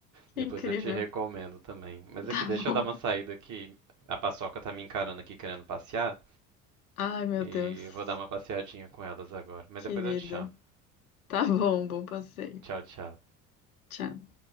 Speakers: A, on the left; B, on the right.
A: Que
B: Depois
A: incrível.
B: eu te recomendo também. Mas
A: Tá
B: aqui, deixa
A: bom.
B: eu dar uma saída que a Paçoca tá me encarando aqui querendo passear,
A: Ai, meu
B: e
A: Deus.
B: eu vou dar uma passeadinha com elas agora. Mas
A: Querida.
B: depois eu te chamo.
A: Tá bom, bom passeio.
B: Tchau, tchau.
A: Tchau.